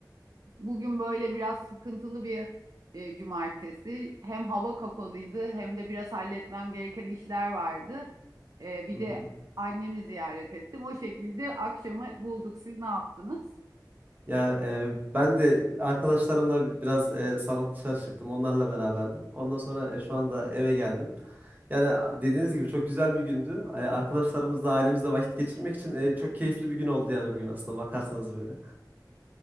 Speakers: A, on the right (about 55°); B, on the right (about 25°).
A: bugün böyle biraz sıkıntılı bir e, cumartesi. Hem hava kapalıydı hem de biraz halletmem gereken işler vardı. Ee, bir
B: Hı hı.
A: de annemi ziyaret ettim. O şekilde akşamı bulduk. Siz ne yaptınız?
B: Ya e, ben de arkadaşlarımla bi- biraz e, sabah dışarı çıktım. Onlarla beraberdim. Ondan sonra e, şu anda eve geldim. Yani a- dediğiniz gibi çok güzel bir gündü. E, arkadaşlarımızla ailemizle vakit geçirmek için e, çok keyifli bir gün oldu yani bugün aslında bakarsanız böyle.